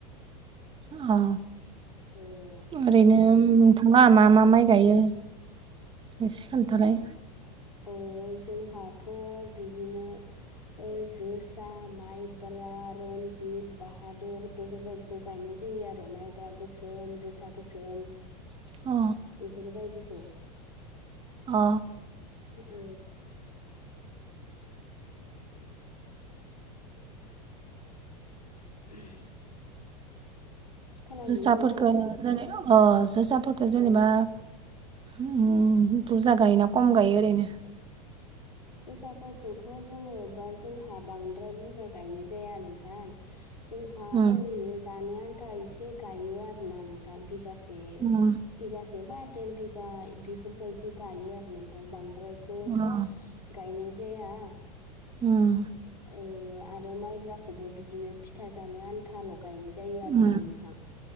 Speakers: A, on the right; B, on the left.
A: औ।
B: ओ
A: ओरैनो नोंथाङा मा मा माइ गायो एसे खोन्थालाय?
B: औ जोंहाथ' बिदिनो ओ जोसा, माइब्रा, रन जिब, बाहादुर बेफोरबायाददिखौ गायनाय जायो आरो माइब्रा गोसो दोन जोसा गोसोम
A: अ
B: बेफोरबायदिखौ
A: अ।
B: ओ <unintelligible> खोनादोंना
A: जोसाफोरखौ
B: नोंथां?
A: जेनेबा अ जोसाफोरखौ जेनेबा
B: औ
A: उम बुरजा गायोना खम गायो ओरैनो?
B: जोसाफोरखौथ' जोङो बा जोंहा बांद्राय बुरजा गायनाय जाया नोंथां। जोंहा
A: उम
B: ओरैनो जानो आन्था एसे गायो आरोना नोंथां बिगासे।
A: उम
B: बिगासे बा देर बिघा बेफोरबायदि गायो आरो नोंथां बांद्रायखौथ'
A: अ
B: गायनाय जाया।
A: उम।
B: ओ आरो माइब्राखौबो बिदिनो फिथा जानो आन्थाल' गायनाय जायो आरोना
A: उम
B: नोंथां।